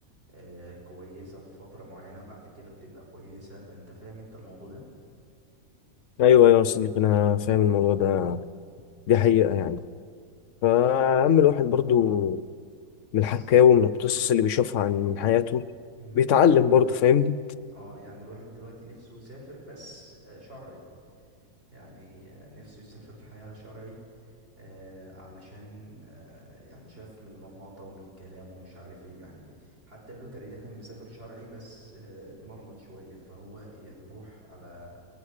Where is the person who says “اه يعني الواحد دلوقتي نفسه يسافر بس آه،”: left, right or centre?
Right